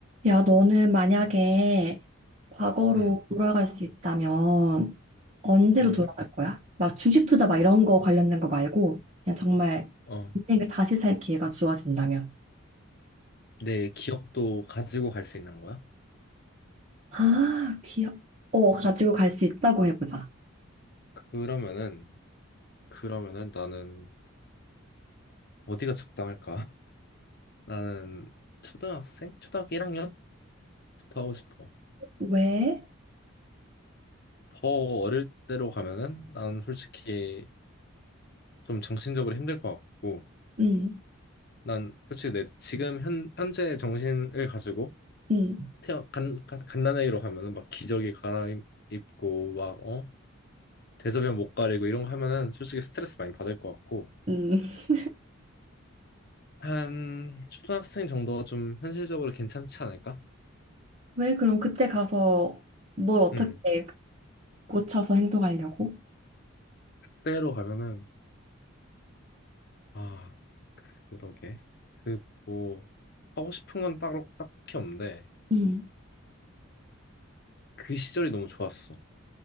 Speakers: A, on the right; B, on the left.
A: 야, 너는 만약에 과거로
B: 음,
A: 돌아갈 수 있다면 언제로
B: 음,
A: 돌아갈 거야? 막 주식 투자 막 이런 거 관련된 거 말고 그냥 정말
B: 어,
A: 인생을 다시 살 기회가 주어진다면.
B: 내 기억도 가지고 갈 수 있는 거야?
A: 아, 기억. 어, 가지고 갈 수 있다고 해보자.
B: 그러면은, 그러면은 나는 어디가 적당할까? <laughs> 나는 초등학생? 초등학교 1학년부터 하고 싶어.
A: 왜?
B: 더 어릴 때로 가면은 나는 솔직히 좀 정신적으로 힘들 것 같고,
A: 음,
B: 난 솔직히 내 지금 현, 현재 정신을 가지고
A: 음,
B: 태어, 간, 간, 간단하게로 하면은 막 기저귀 갈아입고 막, 어? 대소변 못 가리고 이런 거 하면은 솔직히 스트레스 많이 받을 것 같고,
A: 음. <laughs>
B: 한 초등학생 정도가 좀 현실적으로 괜찮지 않을까?
A: 왜 그럼 그때 가서 뭘 어떻게
B: 음,
A: 고쳐서 행동하려고?
B: 때로 가면은 아 그러게 그 뭐 하고 싶은 건 따로 딱히 없는데
A: 음,
B: 그 시절이 너무 좋았어